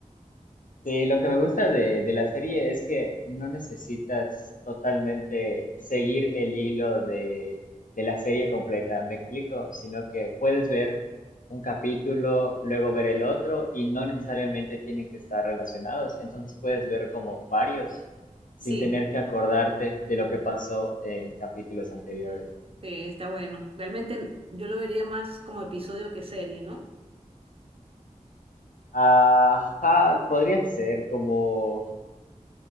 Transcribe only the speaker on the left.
Sí, lo que me gusta de, de la serie es que no necesitas totalmente seguir el hilo de, de la serie completa, ¿me explico? Sino que puedes ver un capítulo, luego ver el otro y no necesariamente tienen que estar relacionados. Entonces puedes ver como varios sin
tener que acordarte de lo que pasó en capítulos anteriores.
Ajá, podría ser como